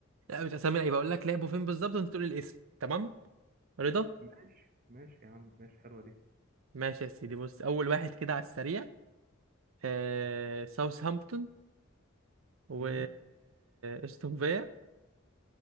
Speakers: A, on the right; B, on the right.
A: لا مش اسامي لعيبه اقول لك لعبوا فين بالظبط وانت تقول لي الاسم تمام رضا
B: ماشي ماشي يا عم ماشي حلوة دي
A: ماشي يا سيدي بص اول واحد كده على السريع آه... ساوثهامبتون و
B: امم
A: استون فيا